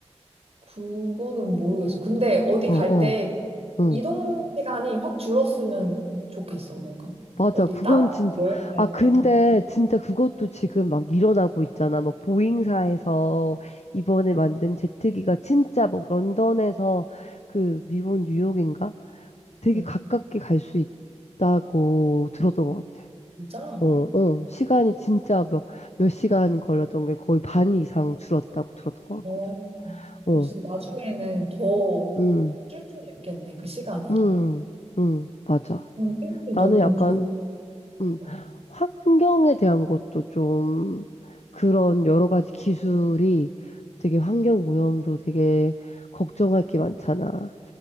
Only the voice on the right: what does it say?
그거는 모르겠어. 근데 어디
갈
때
이동 시간이 확 줄었으면 좋겠어, 뭔가.
어디
다른
여행 갈
때나.
어,
진짜?
어,
그럼 진짜 나중에는 더
줄 수도 있겠네, 그 시간이.
음, 생각이
너무
좋을
것 같아.